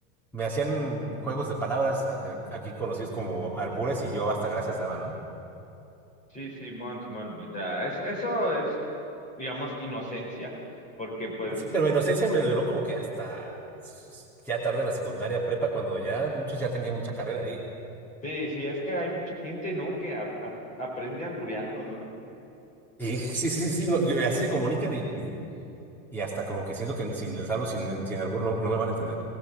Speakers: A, in the centre; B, on the left.
A: me hacían juegos de palabras eh, aquí conocidos como albures y yo hasta gracias daba, ¿no?
B: Sí, Simón, Simón, o sea, es, eso es, digamos, inocencia, porque pues,
A: Sí, pero mi inocencia me duró como que hasta s- ya tarde en la secundaria prepa, cuando ya muchos ya tenían mucha carrera ahí.
B: sí, sí, es que hay mucha gente, ¿no? Que a- a- aprende albureando, ¿no?
A: Y <laughs> sí, sí, sí, sí, no, y así se comunican y, y, y hasta como que siento que si les hablo sin, sin albur no, no me van a entender.